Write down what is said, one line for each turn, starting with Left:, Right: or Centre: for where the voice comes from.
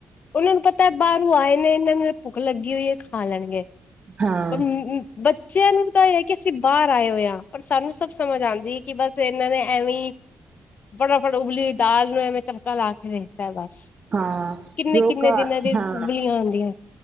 Left: ਉਹਨਾਂ ਨੂੰ ਪਤਾ ਬਾਹਰੋਂ ਆਏ ਨੇ ਇਹਨਾਂ ਨੂੰ ਭੁੱਖ ਲੱਗੀ ਹੋਈ ਹੈ ਖਾ ਲੈਣਗੇ।
Right: ਹਾਂ
Left: ਬੱਚੇ ਬੱਚਿਆਂ ਨੂੰ ਇਹ ਹੈ ਕਿ ਅਸੀਂ ਬਾਹਰ ਆਏ ਹੋਏ ਹਾਂ ਪਰ ਸਾਨੂੰ ਸਭ ਸਮਝ ਆਉਂਦੀ ਕਿ ਬਸ ਇਹਨਾਂ ਨੇ ਐਵੇਂ ਫਟਾਫਟ ਉਬਲੀ ਹੋਈ ਦਾਲ ਨੂੰ ਐਵੇਂ ਤੜਕਾ ਲਾ ਕੇ ਦੇ ਬਸ
Right: ਹਾਂ
Left: ਕਿੰਨੇ-ਕਿੰਨੇ
Right: ਜੋ ਘਰ
Left: ਦਿਨਾਂ ਦੀ
Right: ਹਾਂ
Left: ਉਬਲੀਆਂ ਹੁੰਦੀਆਂ।